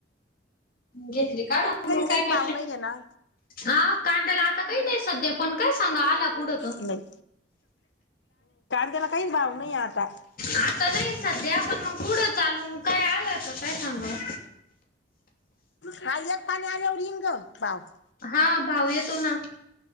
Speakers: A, on the left; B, on the left.
A: घेतली काढ म
B: काहीच
A: काय करते
B: भाव नाही आहे ना
A: हा कांद्याला आता काही नाही सध्या पण काय सांगा आला कुठं
B: नाही त्याला काहीच भाव नाही आता
A: आता नाहीये सध्या पण म पुढ चालूून काय आलंत काय सांगाव.
B: खा एक पात <unintelligible>
A: हा भाव येतो ना.